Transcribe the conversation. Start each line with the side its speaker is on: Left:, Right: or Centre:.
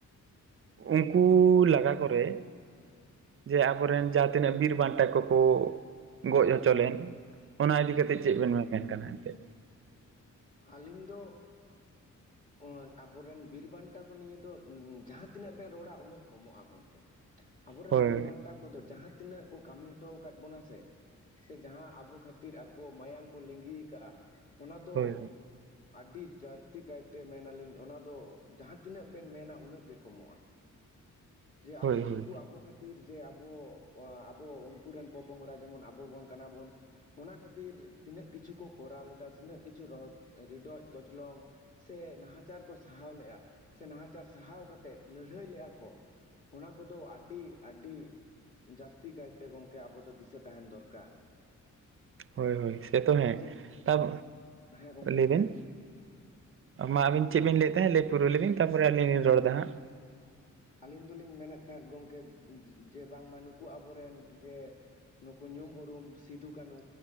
Right: ᱩᱱᱠᱩ ᱞᱟᱜᱟ ᱠᱚᱨᱮᱼᱼ ᱡᱮ ᱟᱵᱚᱨᱮᱱ ᱡᱟᱦᱟᱸ ᱛᱤᱱᱟᱹᱜ ᱵᱤᱨ ᱵᱟᱱᱴᱟ ᱠᱚᱠᱚ ᱜᱚᱡ ᱦᱚᱪᱚ ᱞᱮᱱ᱾ ᱚᱱᱟ ᱤᱫᱤ
Left: ᱦᱩᱸ
Right: ᱠᱟᱛᱮᱫ ᱪᱮᱜ ᱵᱮᱱ ᱢᱮᱢᱮᱱ ᱠᱟᱱᱟ ᱮᱱᱛᱮᱜ?
Left: ᱦᱟᱞᱤᱧ ᱫᱚ ᱼᱼ ᱚᱸᱻ ᱟᱵᱚ ᱨᱮᱱ ᱵᱤᱨ ᱵᱟᱱᱴᱟ ᱠᱚ ᱱᱤᱭᱮ ᱫᱚ ᱩᱸᱻ ᱡᱟᱦᱟᱸ ᱛᱤᱱᱟᱹᱜ ᱵᱮᱱ ᱨᱚᱲᱟ ᱩᱱᱟᱹᱜ ᱠᱚᱢᱚᱜ-ᱟ ᱜᱚᱝᱠᱮ᱾ ᱟᱵᱚ ᱨᱮᱱ
Right: ᱦᱳᱭ
Left: ᱵᱤᱨ ᱵᱟᱱᱴᱟ ᱠᱚᱫᱚ ᱡᱟᱦᱟᱸ ᱛᱤᱱᱟᱹᱜ ᱠᱚ ᱠᱟᱢᱤ ᱦᱚᱴᱚᱣ ᱠᱟᱫ ᱵᱚᱱᱟ ᱥᱮᱼᱼ ᱥᱮ ᱡᱟᱦᱟᱸ ᱟᱵᱚ ᱠᱷᱟᱹᱛᱤᱨ ᱟᱠᱚ ᱢᱟᱭᱟᱝ ᱠᱚ ᱞᱤᱸᱜᱤ ᱭᱟᱠᱟᱜ-ᱟ ᱚᱱᱟ ᱫᱚᱼᱼ
Right: ᱦᱳᱭ
Left: ᱟᱹᱰᱤ ᱡᱟᱥᱛᱤ ᱠᱟᱭᱛᱮ ᱢᱮᱱᱟ ᱞᱤᱧ ᱚᱱᱟ ᱫᱚ ᱡᱟᱦᱟᱸ ᱛᱤᱱᱟᱹᱜ ᱵᱮᱱ ᱢᱮᱱᱟ ᱩᱱᱟᱹᱜ ᱜᱮ ᱠᱚᱢᱚᱜ-ᱟ᱾ ᱡᱮ
Right: ᱦᱳᱭ
Left: ᱟᱵᱚ
Right: ᱦᱳᱭ
Left: ᱱᱩᱠᱩ ᱟᱵᱚ ᱠᱷᱟᱹᱛᱼᱼ ᱛᱤᱨ ᱠᱷᱟᱹᱛᱤᱨ ᱡᱮ ᱟᱵᱚ ᱟᱵᱚ ᱩᱱᱠᱩᱨᱮᱱ ᱯᱚᱯᱚᱝᱲᱟ ᱡᱮᱢᱚᱱ ᱟᱵᱚ ᱵᱚᱱ ᱠᱟᱱᱟ ᱵᱚᱱ ᱚᱱᱟ ᱠᱷᱟᱹᱛᱤᱨ ᱛᱤᱱᱟᱹᱜ ᱠᱤᱪᱷᱩ ᱠᱚ ᱠᱚᱨᱟᱣ ᱞᱮᱫᱟ ᱛᱤᱱᱟᱹᱜ ᱠᱤᱪᱷᱩ ᱨᱚᱰ ᱨᱤᱰᱚᱡ ᱠᱚᱪᱞᱚᱝ ᱥᱮ ᱱᱟᱦᱟᱪᱟᱨ ᱠᱚ ᱥᱟᱦᱟᱣ ᱞᱮᱜᱼᱟ ᱥᱮ ᱱᱟᱦᱟᱪᱟᱨ ᱥᱟᱦᱟᱣ ᱠᱟᱛᱮᱫ ᱞᱟᱹᱲᱦᱟᱹᱭ ᱞᱮᱜᱼᱟ ᱠᱚ ᱚᱱᱟ ᱠᱚᱫᱚ ᱟᱹᱰᱤ ᱟᱹᱰᱤ ᱡᱟᱹᱥᱛᱤ ᱠᱟᱭᱛᱮ ᱜᱚᱝᱠᱮ ᱟᱵᱚ ᱫᱚ ᱫᱤᱥᱟᱹ ᱛᱟᱦᱮᱸᱱ ᱫᱚᱨᱠᱟᱨ
Right: ᱦᱳᱭ ᱦᱳᱭ ᱥᱮᱛᱚ ᱦᱮᱸ
Left: ᱡᱮ
Right: ᱛᱟᱵ
Left: ᱦᱮᱸ ᱜᱚᱝᱠᱮ
Right: ᱞᱟᱹᱭ
Left: ᱵᱤᱱ
Right: ᱵᱮᱱ ᱢᱟ ᱟᱵᱤᱱ ᱪᱮᱫ ᱵᱤᱱ ᱞᱟᱹᱭᱮᱫ ᱛᱟᱦᱮᱸᱫ ᱞᱟᱹᱭ ᱯᱩᱨᱟᱹᱣ ᱞᱮᱵᱤᱱ ᱛᱟᱨᱯᱚᱨ ᱟᱹᱞᱤᱧ ᱞᱤᱧ ᱨᱚᱲ ᱮᱫᱟ ᱦᱟᱸᱜ
Left: ᱟᱹᱞᱤᱧ ᱫᱚᱞᱤᱧ ᱢᱮᱱᱮᱫ ᱛᱟᱦᱮᱸᱫ ᱜᱚᱢᱠᱮ ᱡᱮ ᱵᱟᱝᱢᱟ ᱱᱩᱠᱩ ᱟᱵᱚ ᱨᱮᱱ ᱡᱮ ᱱᱩᱠᱩ ᱧᱩᱢ ᱩᱨᱩᱢ ᱥᱤᱫᱩ ᱠᱟᱹᱱᱩ